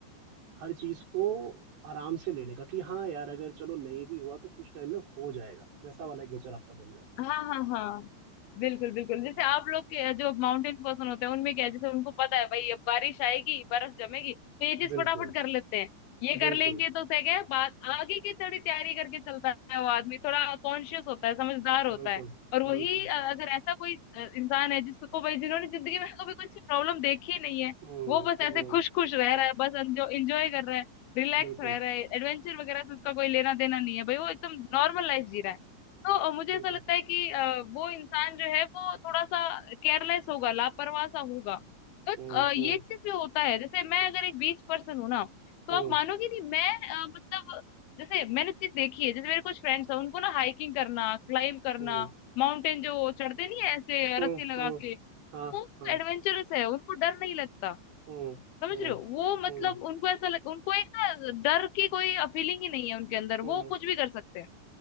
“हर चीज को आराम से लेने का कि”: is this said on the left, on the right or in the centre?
Right